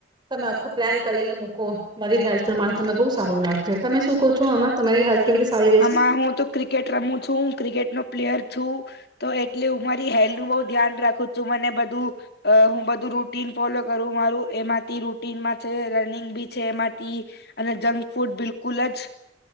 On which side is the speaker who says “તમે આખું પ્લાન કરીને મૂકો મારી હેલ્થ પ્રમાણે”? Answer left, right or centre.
Right